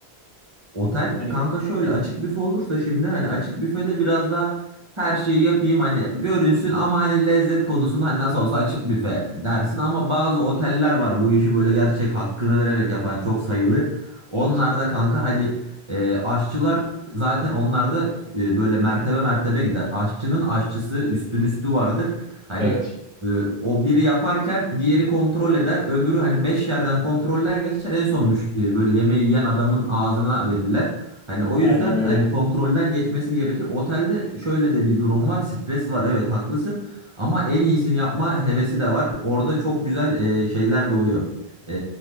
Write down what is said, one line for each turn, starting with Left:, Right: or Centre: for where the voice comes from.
Right: Otel
Left: Hani
Right: kanka şöyle açık büfe olursa şimdi hani açık büfede biraz daha her şeyi yapayım hani görünsün ama hani lezzet konusunda hani nasıl olsa açık büfe dersin ama bazı oteller var bu işi böyle gerçek hakkını vererek yapan çok sayılı. Onlarda
Left: evet
Right: kanka hani e, aşçılar zaten onlarda e, böyle mertebe mertebe gider. Aşçının aşçısı üstün üstü vardır. Hani
Left: evet
Right: ee, o biri yaparken diğeri kontrol eder. Öbürü hani beş yerden kontrolden geçer. En son müş- e, böyle yemeği yiyen adamın ağzına verirler. Hani o
Left: aynen
Right: yüzden
Left: öyle.
Right: hani kontrolden geçmesi gerekir. Otelde şöyle de bir durum var. Stres var. Evet haklısın. Ama en iyisini yapma hevesi de var. Orada çok güzel e, şeyler de oluyor. E,